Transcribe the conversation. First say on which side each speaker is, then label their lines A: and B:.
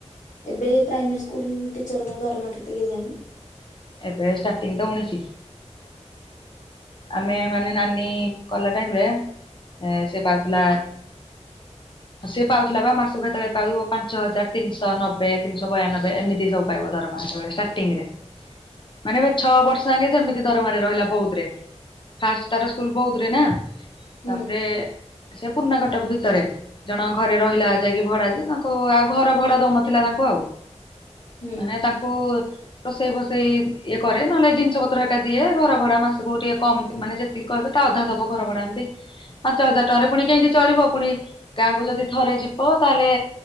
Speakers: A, on the left (about 85°); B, on the left (about 45°).
A: ଏବେ ପ୍ରାଇମେରୀ ସ୍କୁଲ ଟିଚରଙ୍କ ଦରମା କେତେ କେଜାଣି।
B: ଏବେ ଷ୍ଟାର୍ଟିଂ ତ ଉନେଇଶୀ। ଆମେ
A: ହୁଁ
B: ମାନେ ନାନୀ କଲା ଟାଇମରେ ସେ ପାଉଥିଲା
A: ହଁ
B: ସିଏ ପାଉଥିଲା ବା ମାସକୁ ହେତବେଳେ ପାଉଥିବ ପାଞ୍ଚ ହଜାର ତିନିଶହ ନବେ ତିନିଶହ ବୟାନବେ ଏମିତି ସବୁ ପାଇବ ଦରମା ହେତେବେଳେ। ଷ୍ଟାର୍ଟିଂରେ।
A: ହ
B: ମାନେ ଏ ଛଅ ବର୍ଷ ଯାକେ ସେମିତି ଧରମାରେ ରହିଲା ବଉଦରେ। ଫାଷ୍ଟ ତାର ସ୍କୁଲ ବଉଦରେ ନା
A: ହୁଁ
B: ତାପରେ ସେ ପୁରୁଣାକଟକ ଭିତରେ ଜଣଙ୍କ ଘରେ ରହିଲା ଯାଇକି ଭଡାରେ ଯେ ତାଙ୍କୁ ଆଉ ଘର ଭଡା ଦଉନଥିଲା ତାଙ୍କୁ ଆଉ।
A: ହୁଁ
B: ମାନେ ତାକୁ ରୋଷେଇ ଫୋସେଇ ଇଏ କରେ ନହେଲେ ଜିନିଷ ପତ୍ର ହେକା ଦିଏ ଘରଭଡା ମାସକୁ ଟିକେ କମ୍ ମାନେ ଯେତିକି କହିବେ ତା ଅଧା ଦବ ଘରଭଡ଼ା ଏମତି। ପାଞ୍ଚ ହଜାର ଟଙ୍କାରେ ପୁଣି କେମତି ଚଳିବ ପୁଣି ଗାଁକୁ ଯଦି ଥରେ ଯିବ ତାହେଲେ